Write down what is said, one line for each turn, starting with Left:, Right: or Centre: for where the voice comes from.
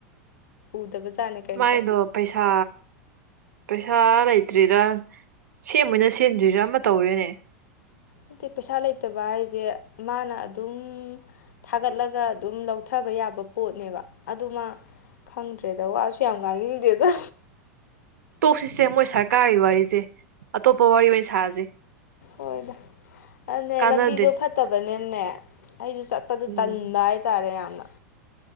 Left: ꯎꯗꯕ ꯖꯥꯠꯅꯦ ꯀꯩꯝꯇ꯫
Right: ꯃꯥꯏꯗꯣ ꯄꯩꯁꯥ꯫ ꯄꯩꯁꯥ ꯂꯩꯇ꯭ꯔꯤꯔꯥ ꯁꯦꯝꯑꯣꯏꯅ ꯁꯦꯝꯗ꯭ꯔꯤꯔꯥ ꯑꯃ ꯇꯧꯔꯦꯅꯦ꯫
Left: ꯍꯥꯏꯗꯤ ꯄꯩꯁꯥ ꯂꯩꯇꯕ ꯍꯥꯏꯁꯦ ꯃꯥꯅ ꯑꯗꯨꯝ ꯊꯥꯒꯠꯂꯒ ꯑꯗꯨꯝ ꯂꯧꯊꯕ ꯌꯥꯕ ꯄꯣꯠꯅꯦꯕ ꯑꯗꯨꯃ ꯈꯪꯗ꯭ꯔꯦꯗ ꯋꯥꯁꯨ ꯌꯥꯝ ꯉꯥꯡꯅꯤꯡꯗꯦꯗ꯫
Right: ꯇꯣꯛꯁꯤꯁꯦ ꯃꯣꯏ ꯁꯔꯀꯥꯔꯔꯤ ꯋꯥꯔꯤꯁꯦ ꯑꯇꯣꯞꯄ ꯋꯥꯔꯤ ꯑꯣꯏꯅ ꯁꯥꯁꯦ꯫
Left: ꯍꯣꯏꯗ ꯑꯗꯨꯅꯦ
Right: ꯀꯥꯟꯅꯗꯦ
Left: ꯂꯝꯕꯤꯗꯣ ꯐꯠꯇꯕꯅꯤꯅꯦ ꯑꯩꯁꯨ ꯆꯥꯠ ꯆꯠꯄꯗꯨ
Right: ꯎꯝ
Left: ꯇꯟꯕ ꯍꯥꯏꯇꯥꯔꯦ ꯌꯥꯝꯅ